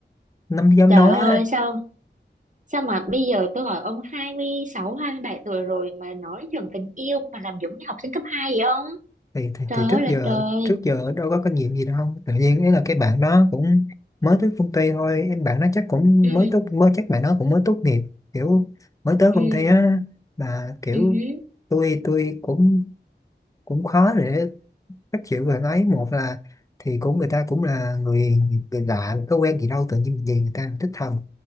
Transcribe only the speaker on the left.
không dám
nói
á
thì, thì
thì
trước
giờ
trước giờ đâu có kinh nghiệm gì đâu tự nhiên ấy là cái bạn đó cũng mới tới công ty thôi em bạn nó chắc cũng
mới tốt mới chắc bạn nó cũng mới tốt nghiệp kiểu mới tới
công ty á mà kiểu
tôi tôi cũng cũng khó để các kiểu về ấy một là thì cũng người ta cũng là người người lạ có quen gì đâu tự nhiên gì người ta thích thầm